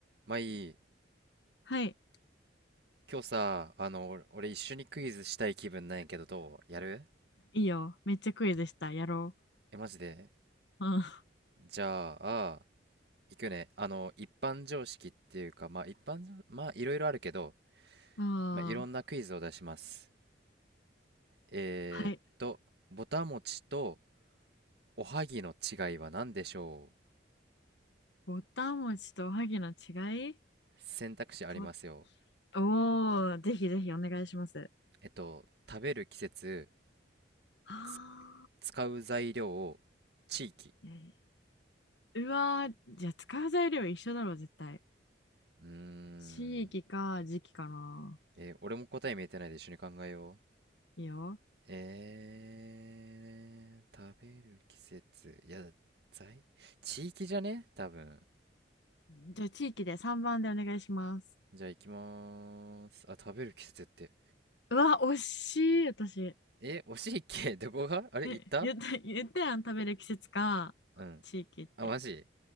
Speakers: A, on the right (about 60°); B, on the left (about 75°).
A: まあいい。
B: はい。
A: 今日さ、あの、俺、俺一緒にクイズしたい気分なんやけど、どうやる
B: いいよ。めっちゃクイズした。やろ
A: え、マジで
B: う。うん。
A: じゃあ、行くね。あの、一般常識っていうか、まあ一般まあいろいろあるけど、
B: うん。
A: まあいろんなクイズを出します。えーっと、
B: はい。
A: ぼたもちとおはぎの違いは何でしょう
B: ぼたもちとおはぎの違い
A: 選択肢ありますよ。
B: ぼ、おー、ぜひぜひお願いします。
A: えっと、食べる季節、
B: あ
A: つ使う材料、地域。
B: いやいやうわー、じゃあ使う材料一緒だろ、絶対。
A: うーん。
B: 地域か時期かな。
A: えー俺も答え見えてないで一緒に考えよう。
B: いいよ。
A: えー、食べる季節。いや、在地域じゃね多分。
B: じゃあ地域で3番でお願いします。
A: じゃあ行きまーす。あ、食べる季節って。
B: うわ、惜しい、私。
A: え、惜しいっけどこがあれ行った
B: え、言った、言ったやん、食べる季節か、
A: うん。
B: 地域って。
A: あ、マジ